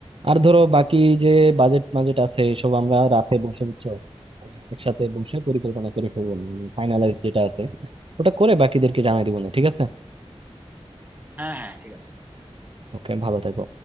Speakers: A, on the right; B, on the right.
A: আর ধরো বাকি যে বাজেট বাজেট আছে এসব আমরা রাতে বসে বুঝছো মানে একসাথে বসে পরিকল্পনা করে ফেলবো ফাইনালাইজ যেটা আছে ওটা করে বাকিদেরকে জানাই দিব না ঠিক আছে
B: হ্যাঁ হ্যাঁ ঠিক আছে
A: ওকে ভালো থেকো